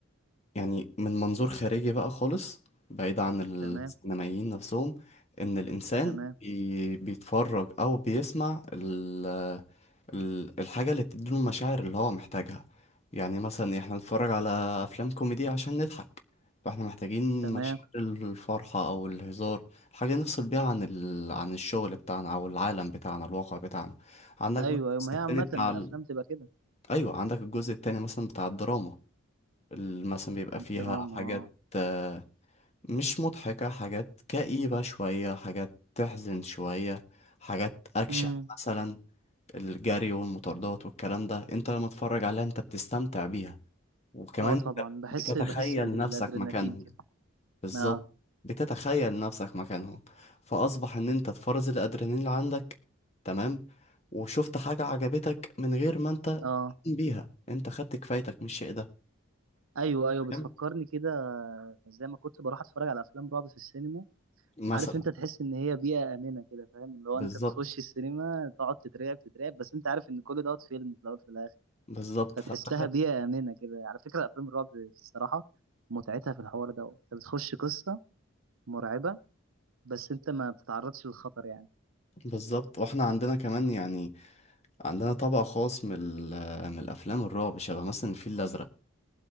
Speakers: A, on the left (about 30°); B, on the right (about 75°).
A: يعني من منظور خارجي بقى خالص بعيد عن السينمائيين
B: تمام
A: نفسهم ان الانسان
B: تمام
A: بي- بيتفرج او بيسمع ال ال الحاجه اللي بتديله المشاعر اللي هو محتاجها يعني مثلا احنا نتفرج على افلام كوميدي عشان نضحك فاحنا محتاجين
B: تمام
A: مشاعر الفرحه او الهزار حاجه نفصل بيها عن ال عن الشغل بتاعنا او العالم بتاعنا الواقع بتاعنا عندك
B: ايوه
A: بقى الجزء
B: ايوه ما هي
A: التاني
B: عامة
A: بتاع
B: الافلام
A: ال...
B: تبقى كده
A: ايوه عندك الجزء التاني مثلا بتاع الدراما ال- مثلا بيبقى فيها
B: دراما
A: حاجات
B: اه
A: آه، مش مضحكة حاجات كئيبة شوية حاجات تحزن شوية حاجات أكشن
B: امم
A: مثلا الجري والمطاردات والكلام ده انت لما تتفرج عليها انت بتستمتع بيها وكمان
B: اه طبعا
A: انت
B: بحس
A: بتتخيل
B: بحس بالادرينالين
A: نفسك مكانهم
B: كده
A: بالظبط
B: اه
A: بتتخيل نفسك مكانهم فأصبح ان انت تفرز الأدرينالين اللي عندك تمام وشفت حاجة عجبتك من غير ما انت
B: اه
A: تقوم بيها انت خدت كفايتك من الشيء ده
B: ايوه ايوه بتفكرني
A: فاهم
B: كده زي ما كنت بروح اتفرج على افلام رعب في السينما
A: مثلا
B: عارف انت تحس ان هي بيئة امنة كده فاهم اللي هو
A: بالظبط
B: انت بتخش السينما تقعد تترعب تترعب بس انت عارف ان كل دوت فيلم في الاول في الاخر
A: بالظبط
B: فتحسها
A: فاحنا خد
B: بيئة امنة كده على فكرة افلام الرعب الصراحة متعتها في الحوار دوت انت بتخش قصة مرعبة بس انت ما بتتعرضش للخطر يعني
A: بالظبط واحنا عندنا كمان يعني عندنا طبع خاص من ال- من الافلام الرعب شبه مثلا الفيل الازرق